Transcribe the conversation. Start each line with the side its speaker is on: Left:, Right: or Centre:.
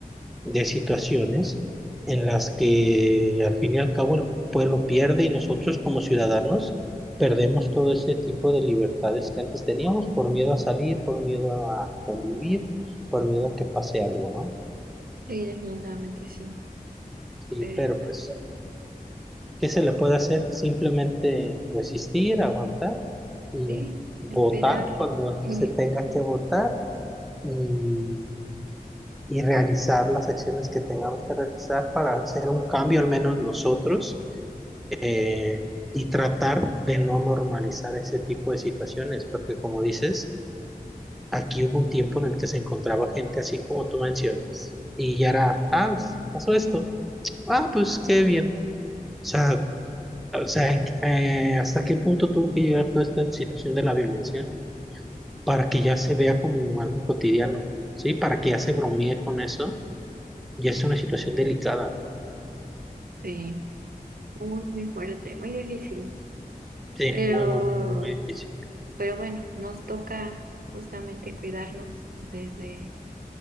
Centre: de situaciones en las que al fin y al cabo el pueblo pierde y nosotros como ciudadanos perdemos todo ese tipo de libertades que antes teníamos por miedo a salir, por miedo a vivir, por miedo a que pase algo, ¿no?
Right: sí, definitivamente sí,
Centre: Sí,
Right: pero
Centre: pero
Right: bueno,
Centre: pues ¿Qué se le puede hacer? Simplemente resistir, aguantar y
Right: sí,
Centre: votar
Right: esperar.
Centre: cuando
Right: <laughs>
Centre: se tenga que votar y, y realizar las acciones que tengamos que realizar para hacer un cambio, al menos nosotros, eh, y tratar de no normalizar ese tipo de situaciones, porque como dices, aquí hubo un tiempo en el que se encontraba gente así como tú mencionas, y ya era, ah, pues, pasó esto, ah, pues qué bien. O sea, O sea, ¿en- eh, ¿hasta qué punto tuvo que llegar toda esta situación de la violencia para que ya se vea como algo cotidiano? ¿Sí? Para que ya se bromee con eso. Ya es una situación delicada.
Right: Sí. Muy, muy fuerte, muy difícil.
Centre: Sí,
Right: Pero,
Centre: muy, muy, muy, muy, muy difícil.
Right: pero bueno, nos toca justamente cuidarnos desde